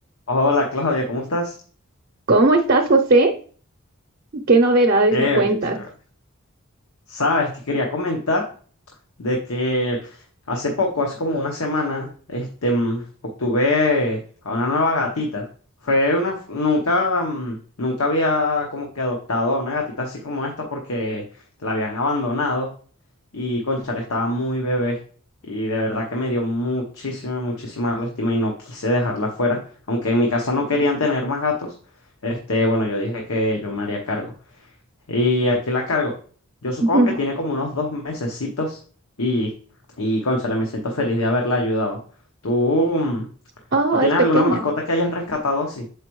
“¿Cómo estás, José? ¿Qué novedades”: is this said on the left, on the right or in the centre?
Right